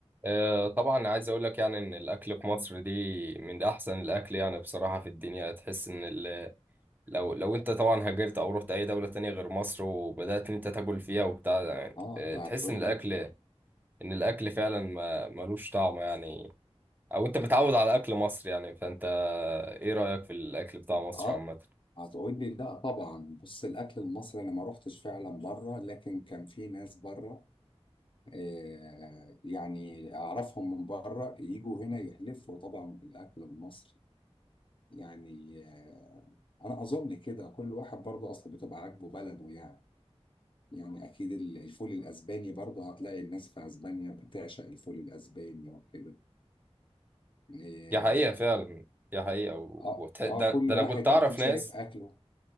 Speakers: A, on the right; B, on the left.
A: آه، طبعا عايز اقول لك يعني ان الاكل في مصر دي من احسن الاكل يعني بصراحه في الدنيا تحس ان ال- لو لو انت طبعا هاجرت او رحت اي دوله تانية غير مصر وبدات ان انت تاكل فيها وبتاع ده، يعني
B: اه
A: آه،
B: انت هتقول
A: تحس ان
B: لي
A: الاكل ان الاكل فعلا ما ملوش طعم يعني او انت متعود على اكل مصر يعني فانت ايه رايك في الاكل بتاع مصر
B: اه
A: عامه
B: هتقول لي لا طبعا بص الاكل المصري انا ما روحتش فعلا بره لكن كان في ناس بره آه يعني اعرفهم من بره يجوا هنا يحلفوا طبعا بالاكل المصري يعني آه انا اظن كده كل واحد برضه اصلا بتبقى عاجبه بلده يعني يعني اكيد ال- الفول الاسباني برضه هتلاقي الناس في اسبانيا بتعشق الفول الاسباني وكده آه
A: دي حقيقه فعلا دي حقيقه و...
B: اه
A: وت-
B: آه،
A: ده,
B: كل
A: ده
B: واحد
A: انا كنت اعرف
B: اكيد شايف
A: ناس
B: اكله